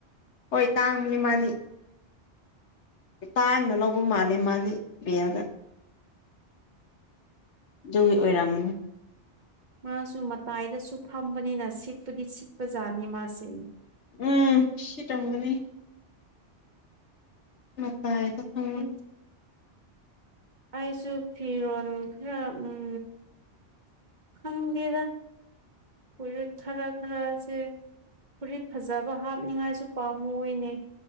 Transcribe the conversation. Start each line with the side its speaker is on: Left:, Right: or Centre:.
Left: ꯍꯣꯏ ꯇꯥꯡꯕꯅꯦ ꯃꯥꯗꯤ ꯇꯥꯡꯅ ꯂꯧꯕ ꯃꯥꯜꯂꯦ ꯃꯗꯤ ꯕꯦꯜꯗ ꯑꯗꯨꯒꯤ ꯑꯣꯏꯔꯝꯃꯅꯤ
Right: ꯃꯥꯁꯨ ꯃꯇꯥꯏꯗꯁꯨ ꯐꯝꯕꯅꯤꯅ ꯁꯤꯠꯄꯗꯤ ꯁꯤꯠꯄꯖꯥꯠꯅꯤ ꯃꯥꯁꯦ
Left: ꯎꯝ ꯁꯤ ꯇꯪꯒꯅꯤ ꯃꯇꯥꯏꯗ ꯐꯝ
Right: ꯎꯝ <unintelligible> ꯑꯩꯁꯨ ꯐꯤꯔꯣꯜ ꯈꯔꯥ ꯎꯝ ꯈꯪꯗꯦꯗ ꯄꯨꯔꯤꯛ ꯈꯔꯥ ꯈꯔꯥꯁꯦ ꯐꯨꯔꯤꯠ ꯐꯖꯕ ꯍꯥꯞꯅꯤꯡꯉꯥꯏꯁꯨ ꯄꯥꯝꯃꯨꯏꯅꯦ